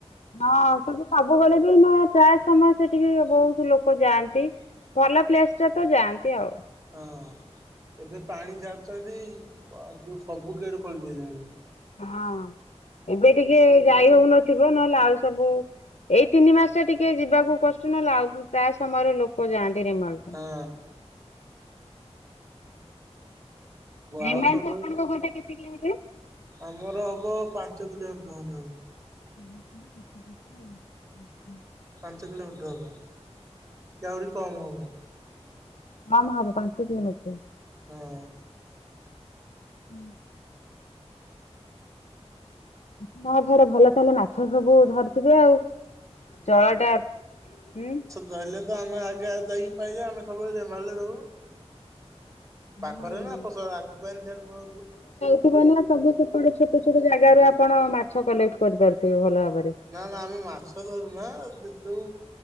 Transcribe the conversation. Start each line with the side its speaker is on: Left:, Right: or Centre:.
Left: ହଁ ସେନ୍ତୁ ସବୁବେଳେ ବି ନା ପ୍ରାୟ ସମୟ ସେଠିକି ବହୁତ ଲୋକ ଯାଆନ୍ତି। ଭଲ ପ୍ଲେସଟା ତ ଯାଆନ୍ତି ଆଉ।
Right: ହଁ ଏବେ ପାଣି ଛାଡୁନ୍ତି ବ ଯୋଉ ସବୁ ଗେଟ ଖୋଲି ଦେଇଚନ୍ତି।
Left: ହଁ ଏବେ ଟିକେ ଯାଇ ହୋଉନଥିବ ନଲେ ଆଉ ସବୁ ଏଇ ତିନି ମାସ ଟା ଟିକେ ଯିବାକୁ କଷ୍ଟ ନଲେ ଆଉ ପ୍ରାୟ ସମୟରେ ଲୋକ ଯାଆନ୍ତି ରେମାଲକୁ।
Right: ହଁ।
Left: ରେମାଳଠୁ
Right: ଆଉ ସବୁବେଳେ
Left: ଆପଣଙ୍କ ଘରଟା କେତେ କିଲୋମିଟର?
Right: ଆମର ହବ ପାଞ୍ଚ କିଲୋମିଟର ଖଣ୍ଡେ ହବ।
Left: <unintelligible>
Right: ପାଞ୍ଚ କିଲୋମିଟର ହବ କି ଆହୁରି କମ୍ ହବ।
Left: କମ ହବ ପାଞ୍ଚ କିଲୋମିଟ
Right: ହଁ।
Left: ହୁଁ। <unintelligible> ଭଲ ତାଲେ ମାଛ ସବୁ ଧରିଥିବେ ଆଉ। ଜଳ ଟା ହୁଁ।
Right: ଧଇଲେ ତ ଆମେ ଆଗେ ଆ ଯାଇକି ପାଇଆ ଆମେ ସବୁବେଳେ ଜମାଳ ରେ ରଉ।
Left: ହୁଁ।
Right: ପାଖରେ ନା ଫସ ରାତି ପାଇନେ ସିଆଡେ ପଳଉବୁ।
Left: ସେଥିପାଇଁ ନା ସବୁ ସେପଟେ ଛୋଟ ଛୋଟ ଜାଗାରୁ ଆପଣ ମାଛ କଲେକ୍ଟ କରିପାରୁଥିବେ ଭଲ ଭାବରେ।
Right: ନା ନା ଆମେ ମାଛ ଧରୁନା ଯଉ